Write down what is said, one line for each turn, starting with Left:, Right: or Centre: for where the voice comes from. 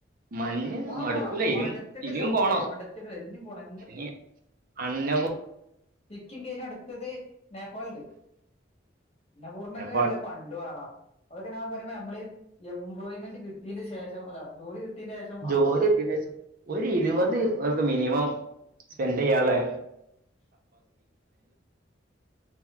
Right: മഞ്ഞ്
Left: പോണം
Right: മടുക്കൂല
Left: പോണം
Right: ഇനീ
Left: മടുത്തിട്ടില്ല
Right: ഇനിയും
Left: മുട്ടേ
Right: പോണം
Left: മടുത്തിട്ടില്ല ഇനി പോണം
Right: ഇ <unintelligible>
Left: ചിക്കി കയിന അടുത്തത് നേപ്പാൾണ്ട് അന്നപൂർണക്കെ
Right: എപ്പാട്
Left: നല്ല പണ്ട് പാടാം അതൊക്കെ ഞാൻ പറയ്പോ നമ്മള് <unintelligible> എംപ്ലോയ്മെന്റ് കിട്ടിയെന് ശേഷം അല്ല <unintelligible> ആ
Right: ജോലി ഒരു ഇരുപത് അവക്ക് മിനിമം സ്പെൻഡ് ‌ചെയ്യാളേ
Left: <unintelligible> <unintelligible> <unintelligible>